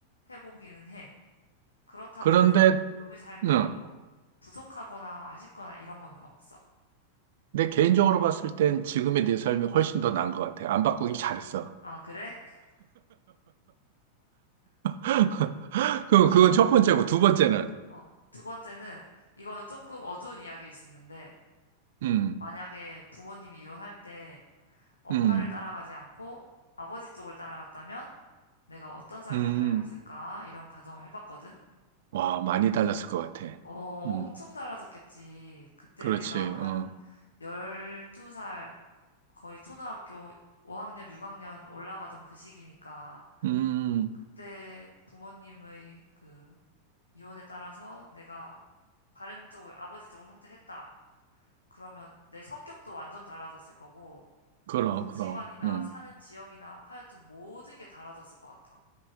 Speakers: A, on the left (about 80°); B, on the right (about 55°).
A: 해보기는 해. 그렇다고
B: 그런데,
A: 해서 지금의 삶이
B: 응.
A: 뭐 부족하거나 아쉽거나 이런 거는 없어.
B: 내 개인적으로 봤을 땐 지금의 내 삶이 훨씬 더 나은 것 같아. 안 바꾸길 잘했어.
A: 아, 그래?
B: <laughs> 그럼 그건 첫 번째고, 두 번째는,
A: 어, 두 번째는 이거는 조금 어두운 이야기일 수 있는데
B: 음,
A: 만약에 부모님이 이혼할 때 엄마를
B: 음,
A: 따라가지 않고 아버지 쪽을 따라갔다면 내가 어떤 삶을
B: 음,
A: 살고 있을까? 이런 가정을 해봤거든.
B: 와, 많이 달랐을 것 같아.
A: 어,
B: 음,
A: 엄청 달라졌겠지. 그때
B: 그렇지,
A: 내가 한
B: 어,
A: 12살, 거의 초등학교 5학년, 6학년 올라가던 그 시기니까,
B: 음,
A: 그때 부모님의 그 유언에 따라서 내가 다른 쪽을, 아버지 쪽을 선택했다. 그러면 내 성격도 완전 달라졌을 거고,
B: 그럼,
A: 가치관이나
B: 그럼, 음,
A: 사는 지역이나 하여튼 모든 게 달라졌을 것 같아.